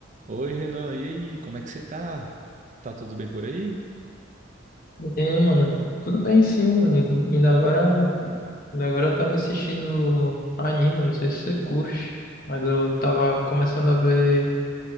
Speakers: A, on the right (about 35°); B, on the left (about 45°).
A: Oi, Renan, e aí, como é que você tá? Tá tudo bem por aí?
B: E aí, mano, tudo bem sim, mano. Ainda agora, ainda agora eu tava assistindo anime, não sei se você curte, mas eu tava começando a ver